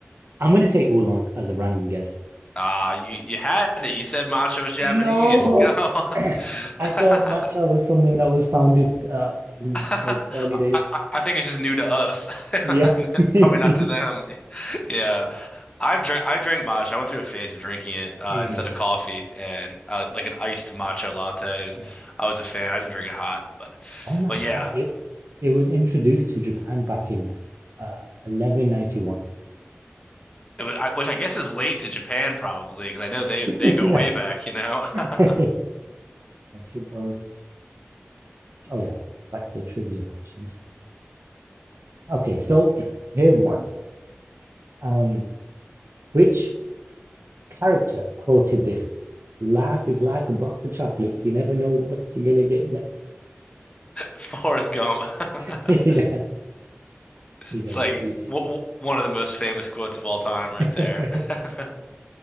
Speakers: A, on the right; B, on the left.
A: I'm gonna say oolong as a random guess.
B: Ah, you you had it. You said matcha was Japanese.
A: No,
B: <laughs> Go.
A: <clears throat>
B: <laughs>
A: I thought matcha was something that was founded uh, in
B: <laughs> I,
A: like early days.
B: I I think it's just new to us, <laughs> And
A: Yeah,
B: then
A: <laughs>
B: probably not
A: maybe.
B: to them. Yeah, I've drank I drank matcha. I went through a phase of drinking it uh,
A: Mm.
B: instead of coffee and uh, like an iced matcha latte. It was-
A: Mm.
B: I was a fan. I didn't drink it hot, but
A: Oh my
B: but yeah,
A: God, it it was introduced to Japan back in uh, 1191.
B: it was, I, which I guess is late to Japan probably because I know they
A: <laughs>
B: they go
A: Yeah,
B: way back, you know.
A: <laughs>
B: <laughs>
A: I suppose. Oh yeah, back to trivia questions. Okay, so <clears throat> here's one. Um, which character quoted this? Life is like a box of chocolates. You never know what you're gonna get
B: Forrest Gump. <laughs>
A: <laughs> Yeah, you
B: It's
A: got it
B: like
A: easy.
B: w w one of the most famous quotes of all time, right
A: <laughs>
B: there. <laughs>